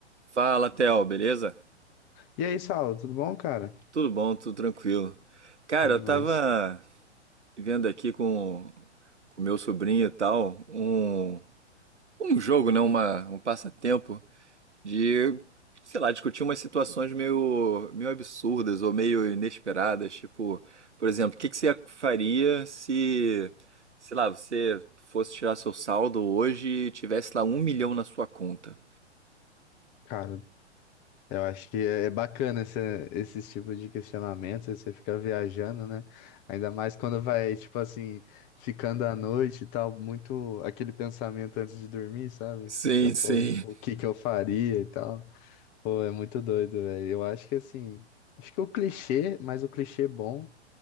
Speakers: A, on the right (about 75°); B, on the left (about 25°).
A: Fala, Theo, beleza?
B: E aí, Saulo, tudo bom, cara?
A: Tudo bom, tudo tranquilo. Cara,
B: Bom demais.
A: eu tava vendo aqui com o meu sobrinho e tal, um, um jogo, né? Uma, um passatempo de, sei lá, discutir umas situações meio, meio absurdas ou meio inesperadas. Tipo, por exemplo, o que que você faria se, sei lá, você fosse tirar seu saldo hoje e tivesse lá um milhão na sua conta?
B: Cara, eu acho que é é bacana esse, esse tipo de questionamento, aí você fica viajando, né? Ainda mais quando vai, tipo assim, ficando à noite e tal, muito aquele pensamento antes de dormir, sabe?
A: Sim,
B: Você fica, pô,
A: sim.
B: o que que eu faria e tal. Pô, é muito doido, velho. Eu acho que assim, acho que o clichê, mas o clichê bom,